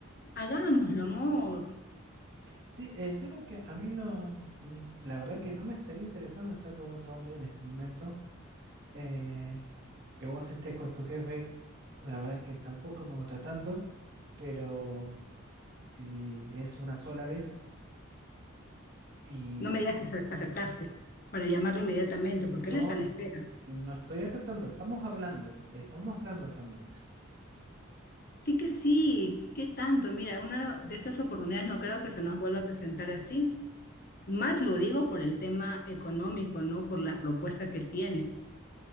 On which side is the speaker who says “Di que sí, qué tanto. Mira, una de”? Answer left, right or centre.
Left